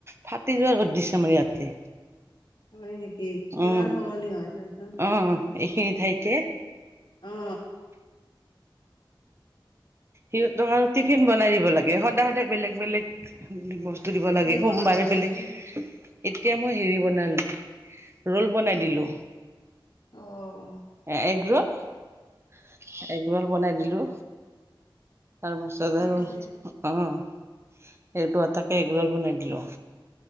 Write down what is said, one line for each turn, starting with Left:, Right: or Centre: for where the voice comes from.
Right: ফাটি যোৱা ৰ'দ দিছে আমাৰ ইয়াতে।
Left: হয় নেকি?
Right: উম
Left: ইমান সলনি হয় চাচোন?
Right: অ এইখিনি ঠাইতে।
Left: অ
Right: সিহঁতক আৰু টিফিন বনাই দিব লাগে, সদায় সদায় বেলেগ বেলেগ- বস্তু দিব লাগে,
Left: কি বনালা
Right: সোমবাৰে
Left: আজি
Right: বেলেগ- এতিয়া মই হেৰি বনালোঁ ৰো'ল বনাই দিলোঁ।
Left: অঁ।
Right: এ এগ ৰোল এগ ৰোল বনাই দিলো। তাৰপাছত
Left: ঠিকে
Right: আৰু-
Left: আছে
Right: অঁ' এইটো আটাকে এগ ৰোল বনাই দিলো।